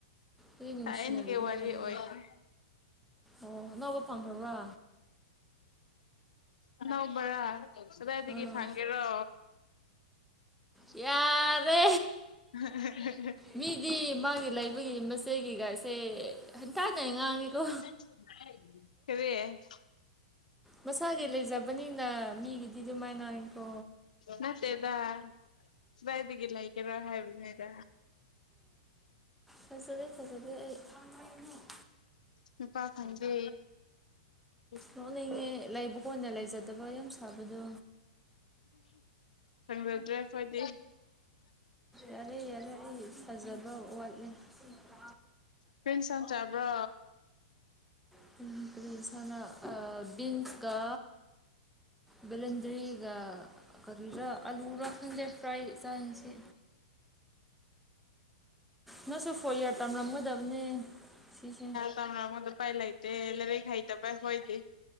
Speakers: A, in the centre; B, on the left.
A: ꯑꯗꯨꯗꯤ ꯅꯨꯡꯁꯤꯅꯔꯤꯕ꯭ꯔꯥ
B: ꯊꯥꯏꯅꯒꯤ ꯋꯥꯔꯤ
A: ꯍꯥꯏꯔꯒ
B: ꯑꯣꯏꯈ꯭ꯔꯦ
A: ꯑꯣ ꯑꯅꯧꯕ ꯐꯪꯈ꯭ꯔꯕ꯭ꯔꯥ
B: ꯑꯅꯧꯕꯔꯥ ꯀꯗꯥꯏꯗꯒꯤ
A: ꯑꯥ
B: ꯐꯪꯒꯦꯔꯣ
A: ꯌꯥꯔꯦ
B: <unintelligible>
A: ꯃꯤꯗꯤ ꯃꯥꯒꯤ ꯂꯩꯕꯒꯤ ꯃꯆꯦꯒꯤ ꯒꯥꯏꯁꯦ ꯍꯟꯇꯥꯅ ꯉꯥꯡꯉꯦꯀꯣ
B: <unintelligible> ꯀꯔꯤ
A: ꯃꯁꯥꯒꯤ ꯂꯩꯖꯕꯅꯤꯅ ꯃꯤꯒꯤꯗꯤ ꯑꯗꯨꯃꯥꯏ ꯥꯉꯥꯡꯉꯤꯀꯣ
B: ꯃꯠꯇꯦꯗꯥ ꯀꯗꯥꯏꯗꯒꯤ ꯂꯩꯒꯦꯔꯣ ꯍꯥꯏꯕꯅꯤꯗ
A: ꯊꯥꯖꯔꯦ ꯊꯥꯖꯗꯦ ꯑꯩ <unintelligible>
B: ꯅꯨꯄꯥ ꯐꯪꯗꯦ <unintelligible> <unintelligible>
A: ꯅꯣꯛꯅꯤꯡꯉꯦ ꯂꯩꯕ ꯀꯣꯟꯅ ꯂꯩꯖꯗꯕ ꯌꯥꯝ ꯁꯥꯕꯗꯣ
B: ꯐꯪꯖꯗ꯭ꯔꯦ ꯑꯩꯈꯣꯏꯗꯤ
A: ꯌꯥꯔꯦ ꯌꯥꯔꯦ ꯑꯩ ꯊꯥꯖꯕ ꯋꯥꯠꯂꯦ <unintelligible>
B: ꯀꯔꯤ ꯑꯦꯟꯁꯥꯡ ꯆꯥꯕ꯭ꯔꯣ
A: <unintelligible> ꯀꯔꯤ ꯏꯟꯁꯥꯡꯂ ꯕꯤꯟꯁꯀ ꯕꯦꯂꯦꯟꯗ꯭ꯔꯤꯒ ꯀꯔꯤꯔ ꯑꯂꯨꯔ ꯈꯪꯗꯦ ꯐ꯭ꯔꯥꯏ ꯆꯥꯡꯏ ꯉꯁꯤ ꯅꯪꯁꯨ ꯐꯣꯔ ꯏꯌꯥꯔ ꯇꯝꯂꯝꯒꯗꯕꯅꯦ ꯁꯤꯁꯦ
B: ꯇꯝꯅꯕ ꯃꯗꯨ ꯑꯨꯄꯥꯏ ꯂꯩꯥꯇꯦ ꯂꯥꯏꯔꯤꯛ ꯍꯥꯇꯕꯩ ꯑꯩꯈꯣꯏꯗꯤ